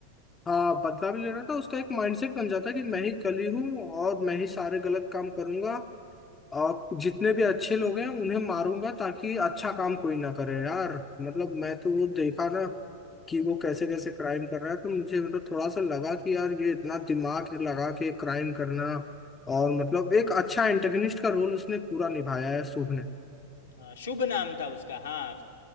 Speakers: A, on the left (about 20°); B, on the left (about 65°).
A: हाँ बदला भी ले रहा था उसका एक माइंडसेट बन जाता है कि मैं ही कली हूँ और मैं ही सारे गलत काम करूंगा आप जितने भी अच्छे लोग हैं उन्हें मारूंगा ताकि अच्छा काम कोई ना करे यार मतलब मैं तो वो देखा ना कि वो कैसे कैसे क्राइम कर रहा है तो मुझे मतलब थोड़ा सा लगा कि यार ये इतना दिमाग लगा के क्राइम करना और मतलब एक अच्छा एंटेगनिस्ट का रोल उसने पूरा निभाया है शुभ ने
B: हाँ शुभ नाम था उसका हाँ